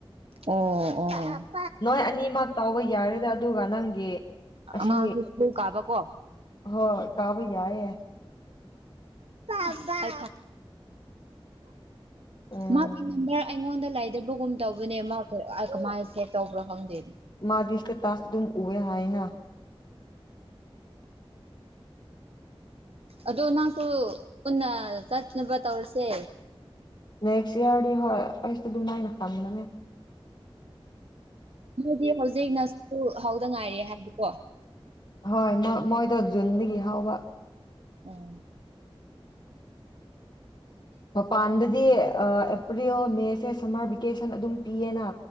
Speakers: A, on the right; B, on the left.
A: ꯑꯣꯝ ꯑꯣꯝ
B: ꯅꯣꯏ ꯑꯅꯤꯃ ꯇꯥꯎꯕ ꯌꯥꯔꯦꯗ ꯑꯗꯨꯒ ꯅꯪꯒꯤ ꯑꯁꯤ
A: ꯃꯥꯁꯨ ꯁ꯭ꯀꯨꯜ ꯀꯥꯕ ꯀꯣ
B: ꯍꯣꯏ ꯀꯥꯕ ꯌꯥꯏꯌꯦ
A: ꯗꯛꯇ
B: ꯎꯝ
A: ꯃꯥꯒꯤ ꯅꯗ ꯑꯩꯉꯣꯟꯗ ꯂꯩꯗꯕꯒꯨꯝ ꯇꯧꯕꯅꯦ ꯃꯥ ꯀꯃꯥꯏꯅ ꯁꯦꯞ ꯇꯧꯕ꯭ꯔꯣ ꯈꯪꯗꯦꯅ
B: ꯃꯥꯗꯤꯁꯇ ꯇꯥꯁ ꯑꯗꯨ ꯎꯕꯦ ꯍꯥꯏꯅ
A: ꯑꯗꯣ ꯅꯪꯁꯨ ꯄꯨꯟꯅ ꯆꯠꯅꯕ ꯇꯧꯔꯁꯦ
B: ꯅꯦꯛꯁ ꯏꯌꯥꯔꯗꯤ ꯍꯣꯏ ꯑꯩꯁꯨ ꯑꯗꯨꯃꯥꯏꯅ ꯈꯟꯕꯅꯦ
A: ꯃꯣꯏꯗꯤ ꯍꯧꯖꯤꯛꯅꯁꯨ ꯍꯧꯗ ꯉꯥꯏꯔ ꯍꯥꯏꯕꯀꯣ
B: ꯍꯣꯏ ꯃꯣꯏꯗꯣ ꯖꯨꯟꯗꯒꯤ ꯍꯥꯎꯕ
A: ꯑꯣ
B: ꯑ ꯑꯗꯗꯤ ꯑ ꯑꯦꯄ꯭ꯔꯤꯜ ꯃꯦꯁꯦ ꯁꯝꯃꯔ ꯚꯦꯀꯦꯁꯟ ꯑꯗꯨꯝ ꯄꯤꯌꯦꯅ